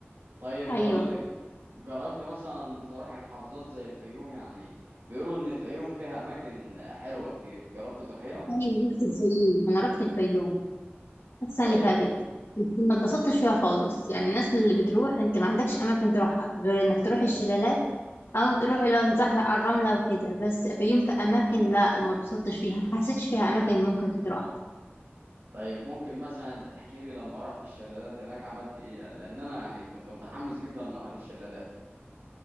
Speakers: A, on the right; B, on the left.
A: طيب
B: ايوه
A: هقول لك جربت مثلا تروح محافظات زي الفيوم يعني بيقولوا إن الفيوم فيها أماكن حلوة كتير جربت تروحيها؟
B: ايوه رحت الفيوم انا رحت الفيوم السنة
A: طيب
B: اللي فاتت ما اتبسطتش فيها خالص يعني الناس اللي بتروح انت ما عندكش اماكن تروحها غير انك تروح الشلالات او تروح اللي هو تتزحلق على الرملة وكده بس فيوم كأماكن لا أنا ما اتبسطتش فيها ما حسيتش فيها اماكن ممكن تتروح
A: طيب ممكن مثلا تحكي لي لما رحت الشلالات هناك عملت إيه؟ لأن أنا يعني كنت متحمس جدا إن أروح الشلالات